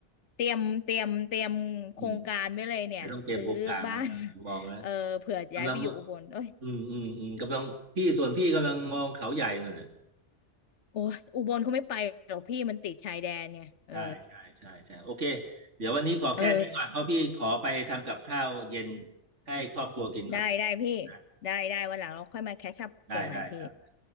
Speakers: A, on the left; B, on the right.
A: เตรียมเตรียมเตรียมโครงการไว้เลยเนี่ยซื้อบ้าน
B: อืมเดี๋ยวต้องเตรียมโครงการแล้วนะมองแล้ว
A: <laughs> เออเผื่อย้ายไปอยู่อุบลเอ้ย
B: กำลังอืมอืมอืมกำลังพี่ส่วนพี่กำลังมองเขาใหญ่นู่นน่ะ
A: โอ้ยอุบลเขาไม่ไปหรอกพี่มันติดชายแดนไงเออ
B: ใช่ใช่ใช่ใช่โอเคเดี๋ยววันนี้ขอแค่นี้ก่อนเพราะพี่ขอไปทำกับข้าวเย็น
A: เออ
B: ให้ครอบครัวกินก่อน
A: ได้ได้พี่
B: นะ
A: ได้ได้วันหลังเราค่อยมาแคชอัพกันใหม่พี่
B: ได้ได้ครับ